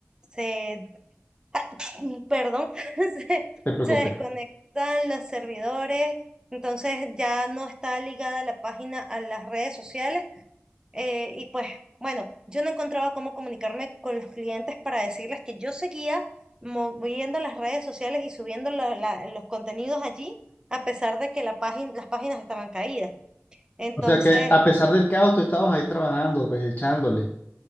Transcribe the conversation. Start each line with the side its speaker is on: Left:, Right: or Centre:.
Right: se, <clears throat> perdón, <laughs> se,
Left: te preocupes.
Right: se desconectan los servidores, entonces ya no está ligada la página a las redes sociales. eh, y pues bueno, yo no encontraba cómo comunicarme con los clientes para decirles que yo seguía moviendo las redes sociales y subiendo la- la- los contenidos allí, a pesar de que la págin- las páginas estaban caídas. Entonces,
Left: O sea que a pesar del caos, tú estabas ahí trabajando, pues, echándole.